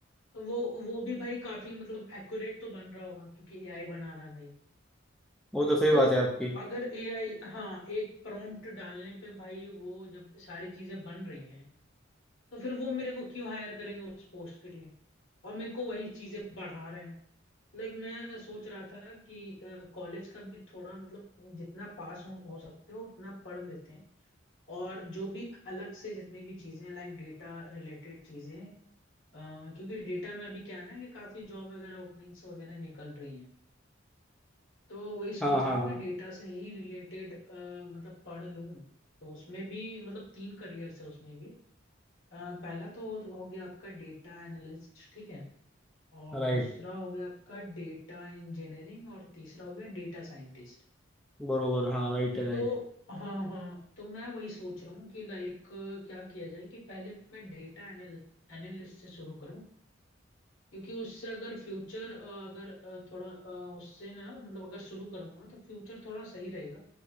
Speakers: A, on the left; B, in the centre.
A: तो वो वो भी भाई काफी मतलब एक्यूरेट तो बन रहा होगा क्योंकि एआई बना रहा है भाई
B: वो तो सही
A: तो
B: बात है आपकी
A: अगर एआई हाँ एक प्रॉम्प्ट डालने पे भाई वो जब सारी चीजें बन रही हैं तो फिर वो मेरे को क्यों हायर करेंगे उस पोस्ट के लिए और मेरे को वही चीजें बढ़ा रहे हैं लाइक मैं सोच रहा था कि कॉलेज का भी थोड़ा मतलब जितना पास हो, हो सकते हो उतना पढ़ लेते हैं और जो भी अलग से जितनी भी चीजें लाइक डेटा रिलेटेड चीजें अ, क्योंकि डेटा में अभी क्या है ना कि काफी जॉब वगैरह ओपनिंग्स वगैरह निकल रही हैं तो वही सोच
B: हाँ हाँ
A: रहा हूँ
B: हाँ
A: कि डेटा से ही रिलेटेड मतलब पढ़ लूँ तो उसमें भी मतलब तीन करियर्स है उसमें भी आ, पहला तो हो गया आपका डेटा एनालिस्ट ठीक है और
B: राइट
A: दूसरा हो गया आपका डेटा इंजीनियरिंग और तीसरा हो गया डेटा साइंटिस्ट
B: बरोबर हाँ राइट है राइट
A: तो हाँ हाँ तो मैं वही सोच रहा हूँ कि लाइक क्या किया जाए कि पहले मैं डेटा एनालिस्ट एनालिस्ट से शुरू करूँ क्योंकि उससे अगर फ्यूचर अगर अ, थोड़ा अ, उससे ना मतलब अगर शुरू करूँगा तो फ्यूचर थोड़ा सही रहेगा